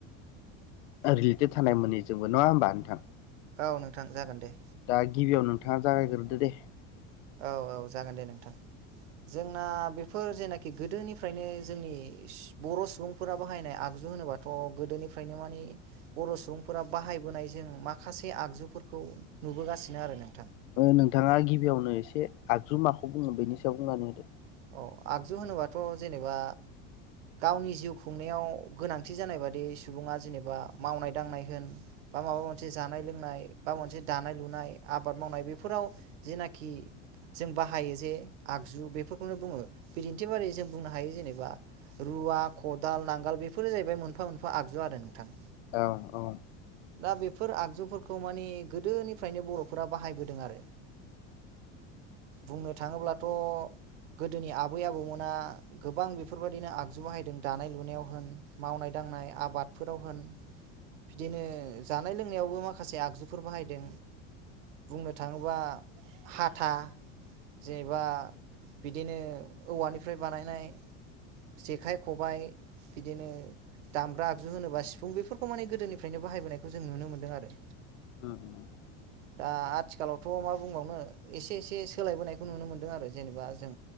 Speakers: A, on the left; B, on the right.
A: रिलेटेड थानाय मोनैजोंबो नङा होमबा नोंथां?
B: औ नोंथां जागोन दे।
A: दा गिबियाव नोंथाङा जागायगोरदो दे।
B: औ औ जागोन दे नोंथां। जोंना बेफोर जेनाखि गोदोनिफ्रायनो जोंनि बर' सुबुंफोरा बाहायनाय आग जु होनोबाथ' गोदोनिफ्रायनो माने बर' सुबुंफोरा बाहायबोनायजों माखासे आगजुफोरखौ खौ नुबोगासिनो आरो नों
A: नोंथाङा गिबियावनो एसे आगजु माखौ बुङो बेनि सायाव बुंनानै होदो
B: औ आगजु होनोबाथ' जेनेबा गावनि जिउ खुंनायाव गोनांथि जानाय बादि सुबुङा जेनेबा मावनाय दांनाय होन बा माबा मोनसे जानाय लोंनाय बा मोनसे दानाय लुनाय आबाद मावनाय बेफोराव जेनाखि जों बाहायो जे आगजु बेफोरखौनो बुङो बिदिन्थि बारै जों बुंनो हायो जेनेबा रुवा खदाल नांगाल बेफोरो जाहैबाय मोनफा मोनफा आगजु आरो नोंथां
A: औ औ
B: दा बेफोर आगजुफोरखौ माने गोदोनिफ्रायनो बर'फोरा बाहायबोदों आरो बुंनो
A: नंगौ
B: थाङोब्लाथ' गोदोनि आबै आबौमोना गोबां बेफोरबादिनो आगजु बाहायदों दानाय लुनायाव होन माव नाय दांनाय आबादफोराव होन बिदिनो जानाय लोंनायावबो माखासे आगजुफोर बाहायदों बुंनो थाङोबा हाथा जेनेबा बिदिनो औवानिफ्राय बानायनाय जेखाइ खबाय बिदिनो दामग्रा आगजु होनोबा सिफुं बेफोरखौ माने गोदोनिफ्रायनो बाहायबोनायखौ जों नुनो मोनदों आरो
A: ओम ओम
B: दा आथिखालावथ' मा बुंबावनो एसे एसे सोलायबोनायखौ नुनो मोनदों आरो जेनेबा जों